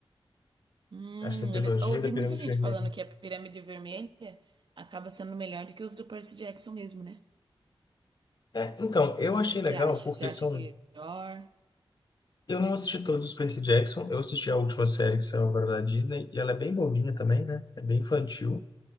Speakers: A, on the right; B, on the left.
A: Hum,
B: Acho que é a trilogia
A: ele- eu ouvi
B: da
A: muita
B: Pirâmide
A: gente
B: Vermelha.
A: falando que a Pirâmide Vermelha acaba sendo melhor do que os do Percy Jackson mesmo, né?
B: É, então, eu
A: O
B: achei
A: que que
B: legal
A: você acha?
B: porque
A: Você acha
B: são.
A: que é melhor?
B: Eu não assisti todos os Percy Jackson, eu assisti a última série que saiu agora da Disney, e ela é bem bobinha também, né? É bem infantil.